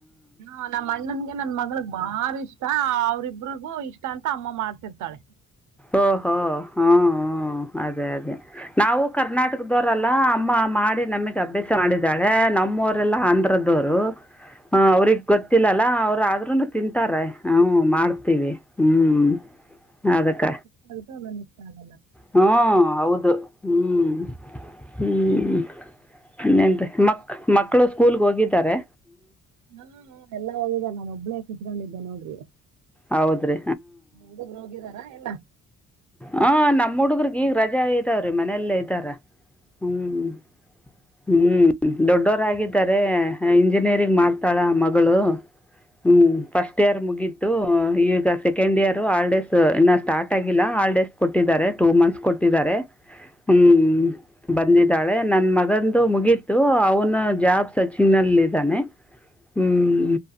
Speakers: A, on the right; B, in the centre.
A: ಹಾ ನಮ್ ಅಣ್ಣನ್ಗೆ ನನ್ ಮಗ್ಳಗ್ ಬಾರಿ ಇಷ್ಟ ಅವ್ರಿಗ್ ಇಬ್ಬರುಗು ಇಷ್ಟ ಅಂತ ಅಮ್ಮ ಮಾಡ್ ಇರ್ತಾಳೆ.
B: ಓ ಹೊ ಹ ಹ್ಮ್. ಅದೇ ಅದೇ ನಾವು ಕರ್ನಾಟಕದವ್ರಲ್ಲ ಅಮ್ಮ ಮಾಡಿ ನಮಿಗ್ ಅಭ್ಯಾಸ ಮಾಡ್ಸಿದ್ದಾಳೆ ನಮ್ವರೆಲ್ಲ ಆಂಧ್ರದೊರು ಅ ಅವ್ರಿಗ್ ಗೊತ್ತಿಲ್ಲಲ್ಲಾ ಅವ್ರ ಆದ್ರೂನು ತಿನ್ ತರೆ ಹು ಮಾಡ್ತೀವಿ ಹ್ಮ ಅದಕ್ಕ.
A: ಸ್ವಲ್ಪ ವನ್ನಿಸ್ಟಾಕ್.
B: ಹು ಹೌದು ಹ್ಮ ಹ್ಮ. ಇನ್ನೆಂತೆ ಮ ಮಕ್ಳು ಸ್ಕೂಲ್ಗ ಹೋಗಿದರೆ.
A: ನ ಹು. ಎಲ್ಲಾ ಹೋಗಿದರ್ ನಾನು ಒಬ್ಳೇ ಇಲ್ ಕುತ್ಕೊಂಡಿದ್ದೆ ನೋಡ್ರಿ.
B: ಹೌದ್ರೀ.
A: ಹುಡುಗ್ರ್ ಹೋಗಿದರಾ ಎಲ್ಲ.
B: ಹ ನಮ್ಮ್ ಹುಡುಗ್ರಗ್ ಈಗ ರಜಾ ಇದಾವ್ರೀ ಮನೆಯಲ್ಲೇ ಇದ್ದಾರ. ಹ್ಮ್ ಹ್ಮ್. ದೊಡ್ಡೋರಾಗಿದ್ದಾರೆ ಇಂಜಿನಿಯರಿಂಗ್ ಮಾಡ್ತಾಳ ಮಗಳು. ಹ್ಮ್ ಫಸ್ಟ್ ಇಯರ್ ಮುಗಿತ್ ಈಗ ಸೆಕೆಂಡ್ ಇಯರ್ ಹಾಲಿಡೇಸ್ ಇನ್ನ ಸ್ಟಾರ್ಟ್ ಆಗಿಲ್ಲ ಹಾಲಿಡೇಸ್ ಕೊಟ್ಟಿದ್ದಾರೆ ಟೂ ಮಂತ್ಸ್ ಕೊಟ್ಟಿದ್ದಾರೆ. ಹ್ಮ್ ಬಂದಿದ್ದಾಳೆ ನನ್ ಮಗಂದು ಮುಗೀತ್ ತು ಅವ್ನ ಜಾಬ್ ಸರ್ಚಿಂಗ್ನಲ್ ಇದ್ದಾನೆ ಹ್ಮ್